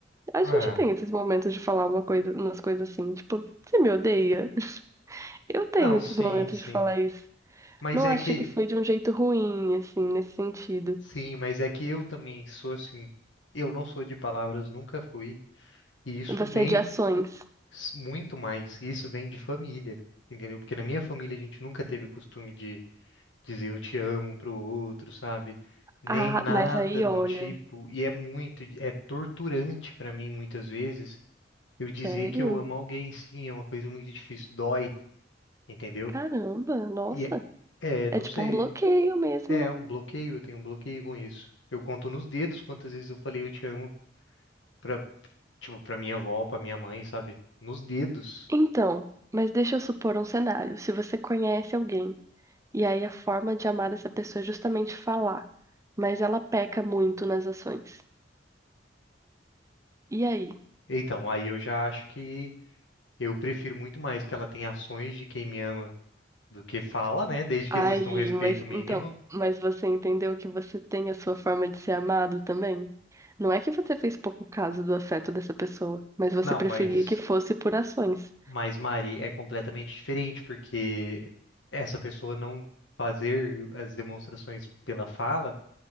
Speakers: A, on the right; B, on the left.
A: A
B: Ah,
A: gente tem esses momentos de falar uma coisa, umas coisas assim, tipo, você me odeia? <laughs> Eu tenho
B: não,
A: esses
B: sim,
A: momentos
B: sim.
A: de falar isso.
B: Mas
A: Não
B: é
A: acho
B: que
A: que foi de um jeito ruim, assim, nesse sentido.
B: Sim, mas é que eu também sou assim. Eu não sou de palavras, nunca fui. E isso
A: Você
B: vem
A: é de ações.
B: s- muito mais. E Isso vem de família, entendeu? Porque na minha família a gente nunca teve o costume de dizer eu te amo um pro outro, sabe? Nem
A: Ah,
B: nada
A: mas aí
B: do
A: olha.
B: tipo. E é muito, é torturante pra mim muitas vezes eu dizer
A: Sério?
B: que eu amo alguém. Sim, é uma coisa muito difícil, dói, entendeu?
A: Caramba, nossa.
B: E é, é, não
A: É tipo
B: sei,
A: um bloqueio mesmo,
B: é
A: né?
B: um bloqueio, eu tenho um bloqueio com isso. Eu conto nos dedos quantas vezes eu falei eu te amo pra, tipo, pra minha avó, pra minha mãe, sabe? Nos dedos.
A: Então, mas deixa eu supor um cenário. Se você conhece alguém e aí a forma de amar essa pessoa é justamente falar, mas ela peca muito nas ações. E aí?
B: Então, aí eu já acho que Eu prefiro muito mais que ela tenha ações de quem me ama do que fala, né? Desde que
A: Aí,
B: exista um respeito
A: mas
B: mínimo.
A: então, mas você entendeu que você tem a sua forma de ser amado também? Não é que você fez pouco caso do afeto dessa pessoa, mas você
B: Não,
A: preferia
B: mas,
A: que fosse por ações.
B: mas Mari é completamente diferente, porque essa pessoa não fazer as demonstrações pela fala